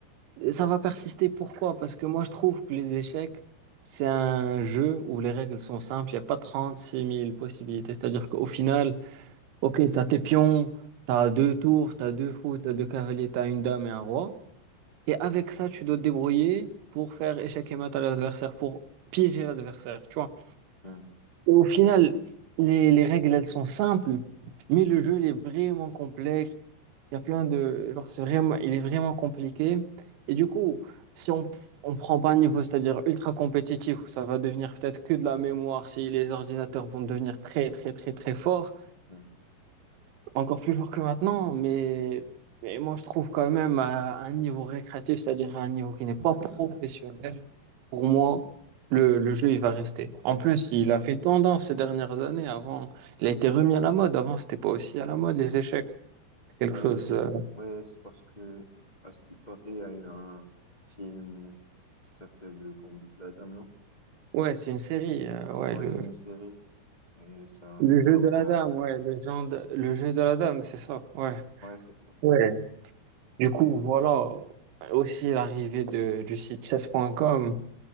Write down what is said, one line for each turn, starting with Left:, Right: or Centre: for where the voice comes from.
Right: et ça va persister. Pourquoi? Parce que moi, je trouve que les échecs, c'est un jeu où les règles sont simples, il n'y a pas 36 000 possibilités, c'est-à-dire qu'au final, Ok, t'as tes pions, t'as deux tours, t'as deux fous, t'as deux cavaliers, t'as une dame et un roi. Et avec ça, tu dois te débrouiller pour faire échec et mat à l'adversaire, pour piéger l'adversaire, tu vois.
Left: Hmm,
Right: Et au final, les, les règles, elles sont simples, mais le jeu, il est vraiment complexe. Il y a plein de... genre, c'est vraiment... Il est vraiment compliqué. Et du coup, si on on prend pas un niveau, c'est-à-dire ultra compétitif, où ça va devenir peut-être que de la mémoire, si les ordinateurs vont devenir très, très, très, très forts,
Left: hmm.
Right: encore plus fort que maintenant, mais, mais moi je trouve quand même à un niveau récréatif, c'est-à-dire à un niveau qui n'est pas professionnel, pour moi, le, le jeu il va rester. En plus, il a fait tendance ces dernières années. Avant, il a été remis à la mode. Avant, c'était pas aussi à la mode les échecs. C'est quelque
Left: Ouais,
Right: chose.
Left: il y-
Right: euh,
Left: ouais, c'est parce que, à ce qui paraît, il y a eu un film qui s'appelle Le Gambit de la Dame, non
Right: Ouais, c'est une série. euh, ouais,
Left: Ouais,
Right: le,
Left: il y a une série et ça
Right: le
Left: l'a
Right: jeu de
Left: remis
Right: la
Left: à
Right: dame.
Left: la. mode.
Right: Ouais, le genre de- le jeu de la dame, c'est ça. Ouais.
Left: Ouais, c'est ça.
Right: Ouais. Du coup, voilà. Aussi l'arrivée de, du site chess.com.